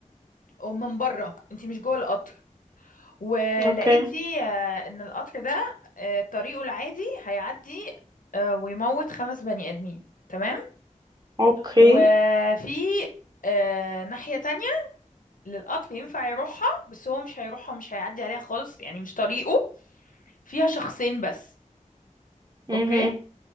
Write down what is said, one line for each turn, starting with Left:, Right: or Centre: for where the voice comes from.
Left: ومن بره انتي مش جوه القطر ولقيتي
Right: اوكي
Left: آه ان القطر ده آه طريقه العادي هيعدي آه ويموت خمس بني ادمين تمام
Right: اوكي
Left: وفي آه ناحية تانية للقطر ينفع يروحها بس هو مش هيروحها ومش هيعدي عليها خالص يعني مش طريقه فيها شخصين بس
Right: مهم.
Left: اوكي